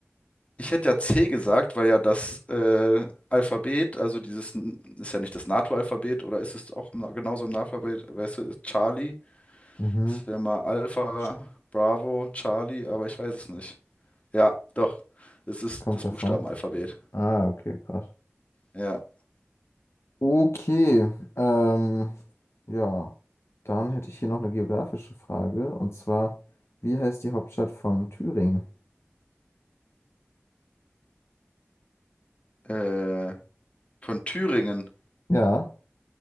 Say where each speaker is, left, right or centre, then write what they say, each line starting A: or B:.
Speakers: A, on the left; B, on the left.
A: ich hätte ja C gesagt, weil ja das äh, Alphabet, also dieses, N- ist ja nicht das NATO-Alphabet, oder ist es auch im- Na- genauso im NATO-Alphabet? Weißt du, ist Charlie,
B: Mhm.
A: das wäre mal Alpha,
B: St-
A: Bravo, Charlie, aber ich weiß es nicht. Ja, doch, es ist
B: Es kommt
A: das
B: davon.
A: Buchstabenalphabet.
B: Ah, okay, krass.
A: Ja,
B: Okay, ähm, ja, dann hätte ich hier noch eine geografische Frage und zwar, wie heißt die Hauptstadt von Thüringen?
A: äh, von Thüringen.
B: Ja,